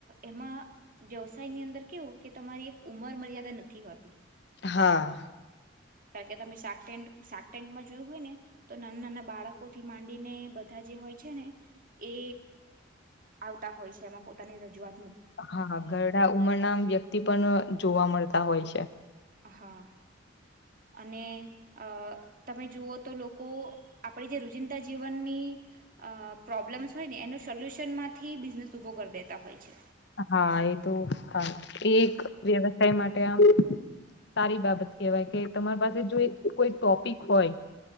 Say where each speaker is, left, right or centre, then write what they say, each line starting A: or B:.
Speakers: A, on the right; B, on the left.
A: એમાં વ્યવસાયની અંદર કેવું કે તમારી એક ઉમર મર્યાદા નથી હોતી
B: <inaudible>
A: કારણ કે તમે શાકટે શાક ટેકમાં જોયું હોય ને તો નાના નાના બાળકો થી માંડીને બધા જ હોય છે ને એ આવતા હોય છે એમાં પોતાની રજઆત
B: હા ઘરડા ઉમર ના વ્યક્તિ પણ જોવા મળતા હોય છે.
A: હા અને અ તમે જુઓ તો લોકો. આપણે જે રુજિંદતા જીવ જીનની પ્રોબ્લેમ્સ હોય ને એનો સોલ્યુશન માંથી બિઝનેસ ઊભો કરી દેતા હોય છે.
B: હા એ તો હા એક એક વ્યવસાય માટે આમ સારી બાબત કેવાય કે તમારી પાસે જો એક કોઈ ટોપિક હોય